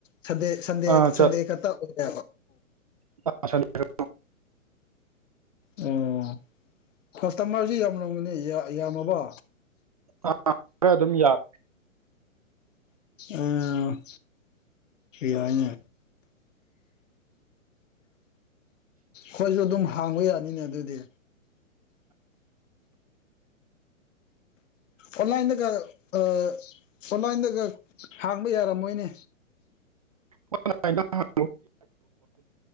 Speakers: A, on the left (about 65°); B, on the right (about 30°).
A: ꯁꯟꯗꯦ ꯁꯟꯗꯦ
B: ꯑꯥ
A: ꯁꯟꯗꯦ ꯈꯛꯇ <unintelligible>
B: <unintelligible>
A: ꯑꯣ ꯀꯁꯇꯃꯔꯁꯤ ꯌꯥꯝꯔꯝꯒꯅꯤ ꯌꯥ ꯌꯥꯝꯃꯕꯣ
B: ꯑ ꯈꯔ ꯑꯗꯨꯝ ꯌꯥꯝ
A: ꯎꯝ ꯌꯥꯏꯅꯦ ꯍꯣꯏꯁꯨ ꯑꯗꯨꯝ ꯍꯥꯡꯕ ꯌꯥꯅꯤꯅꯦ ꯑꯗꯨꯗꯤ ꯑꯣꯟꯂꯥꯏꯟꯗꯒ ꯑ ꯑꯣꯟꯂꯥꯏꯟꯗꯒ ꯍꯥꯡꯕ ꯌꯥꯔꯝꯃꯣꯏꯅꯦ
B: <unintelligible>